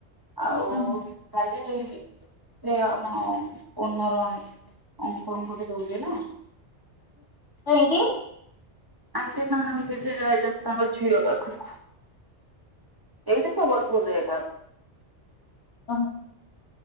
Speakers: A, on the right; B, on the left.
A: ଆଉ
B: ହୁଁ ହୁଁ
A: କାଳି ମି ଏ ଆମ ୱନର ଅଙ୍କଲ ବି ଦେଉଛି ନା
B: କାହିଁକି
A: <inaudible> ଆ ସେ ନାହାନ୍ ସେ ଯାଏ ତାଙ୍କ ଝିଅ ପାଖକୁ ଏଇଟା ସେ ବଡ଼ପୁଅର <inaudible>
B: ଓହ